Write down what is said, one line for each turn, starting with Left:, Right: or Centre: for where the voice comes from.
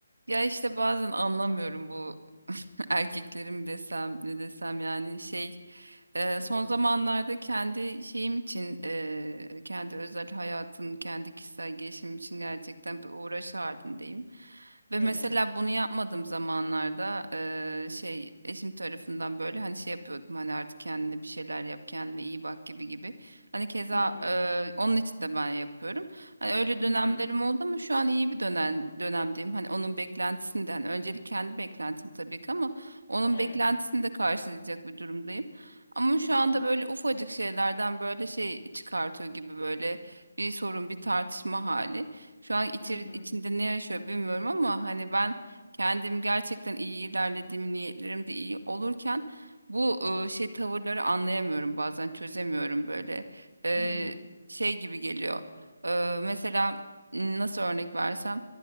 Right: Ya işte bazen anlamıyorum bu <laughs> erkekleri mi desem ne desem yani şey e,
Left: Hı
Right: son
Left: hı.
Right: zamanlarda kendi şeyim için e, kendi özel hayatım kendi kişisel gelişimim için gerçekten bir uğraş halindeyim. Ve
Left: Evet.
Right: mesela bunu yapmadığım zamanlarda e, şey eşim tarafından böyle hani şey yapıyordum hani artık kendine bir şeyler yap kendine iyi bak gibi gibi. Hani keza
Left: Hı hı.
Right: e, onun için de ben yapıyorum. Hani öyle
Left: Hı
Right: dönemlerim
Left: hı.
Right: oldu ama şu an iyi bir dönem dönemdeyim. Hani onun beklentisinden öncelik kendi beklentim tabii ki ama onun
Left: Evet.
Right: beklentisini de karşılayacak bir durumdayım. Ama şu
Left: Evet.
Right: anda böyle ufacık şeylerden böyle şey çıkartıyor gibi böyle bir sorun bir tartışma hali. Şu an içeri,
Left: Hı hı.
Right: içinde ne yaşıyor bilmiyorum ama hani ben kendim gerçekten iyi ilerlediğim niyetlerim de iyi olurken bu e, şey tavırları anlayamıyorum bazen çözemiyorum böyle E,
Left: Hı hı.
Right: şey gibi geliyor. Ee, mesela m, nasıl örnek versem